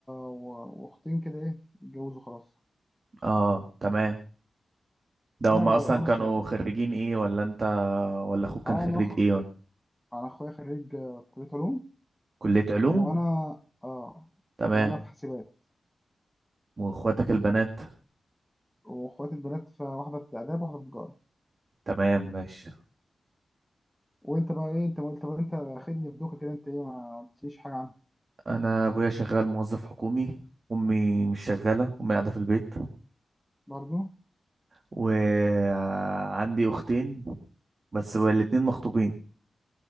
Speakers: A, in the centre; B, on the right.
A: و... واختين كده ايه اتجوزوا خلاص
B: اه تمام ده
A: وانا
B: هما
A: اللي...
B: اصلا
A: وانا
B: كانوا
A: الصغير
B: خريجين ايه ولا انت ولا اخوك كان
A: اه
B: خريج
A: انا اخ
B: ايه ولا
A: انا اخويا خريج آه، كليه علوم
B: كلية علوم
A: وانا اه
B: تمام
A: وانا في حاسبات
B: واخواتك البنات
A: واخواتي البنات في واحده في اداب واحده في تجاره
B: تمام ماشي
A: وانت بقى ايه انت ما قلت طب انت خدني بدوكه كده انت ايه ما قلتليش حاجه عنها
B: انا ابويا شغال موظف حكومي امي مش شغالة امي قاعدة في البيت
A: برضو
B: وعندي أختين بس الاتنين مخطوبين